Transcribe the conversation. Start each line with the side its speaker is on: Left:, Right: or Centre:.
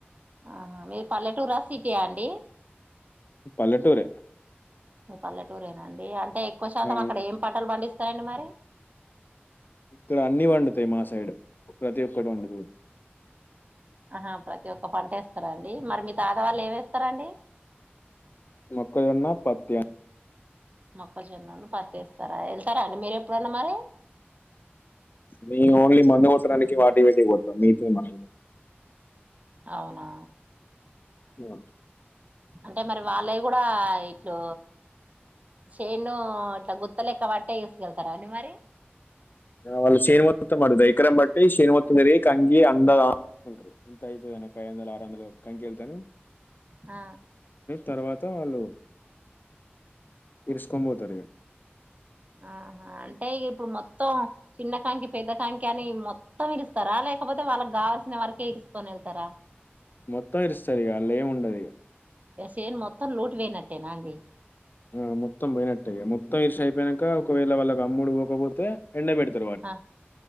Right: ఆహా మీరు పల్లెటూరా సిటీయా అండి
Left: పల్లెటూర
Right: మీ పల్లెటూరేనాండి అంటే ఎక్కువ శాతం
Left: ఆ,
Right: అక్కడ ఏం పంటలు పండిస్తారండి మరి
Left: ఇక్కడ అన్ని వండుతాయి మా సైడ్ ప్రతి ఒక్కటి వండుతు
Right: ఆహా ప్రతి ఒక్క పంటేస్తారా అండి మరి మీ తాతవాళ్ళు ఏమిేస్తారాండి
Left: మక్కల్ ఎన్నా పాత్యాం
Right: మొప్పజొన్నని పతిేస్తారా వెళ్తారా అండి మీర ఎప్పుడున్న మరి
Left: మీ ఓన్లీ మందు కొట్టడానికి వాటి పెటి కొత్తాం మీతో మన
Right: అవునా
Left: అ
Right: అంటే మరి వాళ్ళవి కూడా ఇట్లు చేనుు ఇట్లా గుత్తలెక్క పట్టే చసుకెళ్తారా అని మరి
Left: నవల్ శేను మతుంమాద ఇక్రం బట్టి శేను మత్త మీరి కంగి అంద నఐ వందల ఆరు వందల కంకెళ్తాను
Right: ఆ
Left: తర్వాత వాళ్ళు ఇరుసుకొని పోతారు
Right: ఆహా అంటే ఇ ఇప్పుడు మొత్తం చిన్న కాంకి పెద్ద కాంకి అని మొత్తం ఇలుస్తారా లేకపోతే వాళ్ళకి కావల్సిన వరకే తీసుకొని వెళ్తారా
Left: మొత్తం ఇరుస్తారు ఇక అళ్ ఏము ఉండదుక
Right: ఎసేను మొత్తం లటు పోయినట్టేనా అండి
Left: ఆ మొం పోనట్టయ మొత్తం ఇర్ష అయిపోయానాక ఒకవేళ వాళ్ళకి అమ్ముడు పోకపోతే ఎండ పెట్తర్వాడి
Right: ఆ